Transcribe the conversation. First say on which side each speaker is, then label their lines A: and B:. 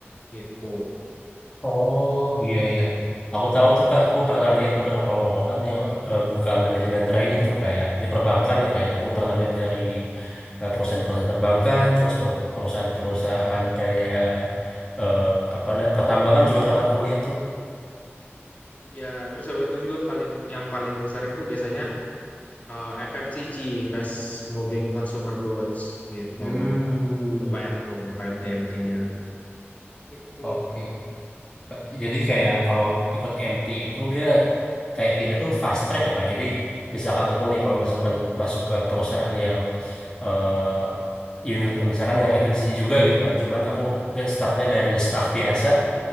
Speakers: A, on the left; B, on the left.
A: gitu
B: Oh iya iya, aku tahu tuh kak. Aku pernah lihat beberapa lowongan yang eh, buka manajemen trainee itu kayak di perbankan ya kayak. Aku pernah lihat dari eh, perusahaan-perusahaan perbankan, terus per- perusahaan-perusahaan kayak eh, apa namanya pertambangan juga pernah aku lihat tuh.
A: ya terus habis itu juga paling yang paling sering tuh biasanya eh, FMCG Fast Moving Consumer Goods gitu
B: Hmm,
A: itu banyak tuh muka MT-MT-nya itu
B: oke. Jadi kayak kalau ikut MT itu dia kayak kita tuh fast track ya Kak. Jadi misalkan aku nih kalau masuk ke, masuk ke perusahaan yang eh uni- misalkan yang FMCG juga gitu kan. Cuman aku mungkin startnya dari staff biasa